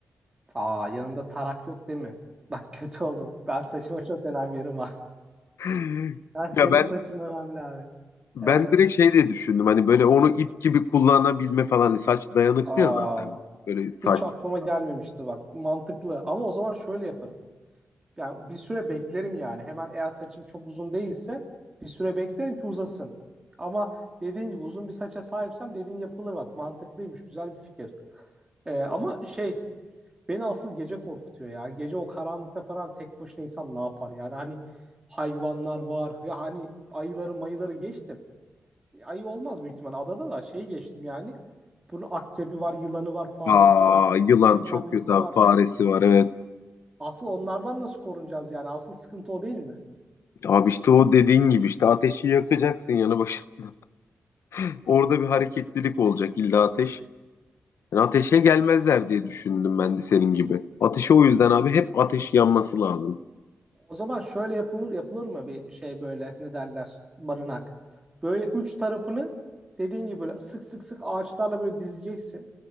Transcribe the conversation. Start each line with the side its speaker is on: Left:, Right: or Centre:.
Right: Aa yanımda tarak yok değil mi? Bak <laughs> kötü oldum. Ben saçıma çok önem veririm abi. <laughs>
Left: <laughs>
Right: Ben,
Left: Ya
Right: benim
Left: ben
Right: saçım önemli abi.
Left: ben
Right: Ee,
Left: direkt şey diye düşündüm hani böyle onu ip gibi kullanabilme falan Hani saç dayanıklı
Right: aa,
Left: ya zaten böyle saç
Right: hiç aklıma gelmemişti bak. Mantıklı. Ama o zaman şöyle yaparım. Yani bir süre beklerim yani. Hemen eğer saçım çok uzun değilse bir süre beklerim ki uzasın. Ama dediğin gibi uzun bir saça sahipsem dediğin yapılır bak. Mantıklıymış. Güzel bir fikir. Ee, ama şey Beni asıl gece korkutuyor ya. Gece o karanlıkta falan tek başına insan ne yapar? Yani hani hayvanlar var. Ya hani ayıları mayıları geçtim. Ayı olmaz büyük ihtimal. Adada da şey geçtim yani. Bunun akrebi var, yılanı var, faresi
Left: Aa,
Right: var,
Left: yılan
Right: bilmem
Left: çok
Right: nesi
Left: kötü abi.
Right: var.
Left: Faresi var evet.
Right: Asıl onlardan nasıl korunacağız yani? Asıl sıkıntı o değil mi?
Left: Abi işte o dediğin gibi işte ateşi yakacaksın yanı başında. <laughs> Orada bir hareketlilik olacak illa ateş. Yani ateşe gelmezler diye düşündüm ben de senin gibi. Ateşe o yüzden abi hep ateş yanması lazım.
Right: O zaman şöyle yapılır yapılır mı bir şey böyle ne derler barınak. Böyle üç tarafını dediğin gibi böyle sık sık sık ağaçlarla böyle dizeceksin.